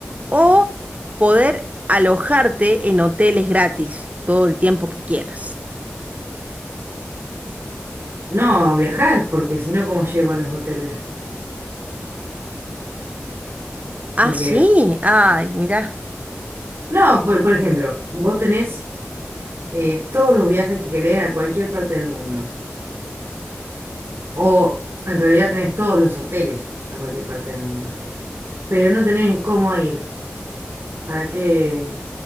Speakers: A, on the right; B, on the right.
A: o poder alojarte en hoteles gratis todo el tiempo que quieras.
B: No, viajar, porque si no, ¿cómo llego a los hoteles? Porque
A: Ah, sí. Ay, mirá.
B: no, por, por ejemplo, vos tenés eh, todos los viajes que querés a cualquier parte del mundo. O en realidad tenés todos los hoteles a cualquier parte del mundo. Pero no tenés cómo ir. ¿Para qué?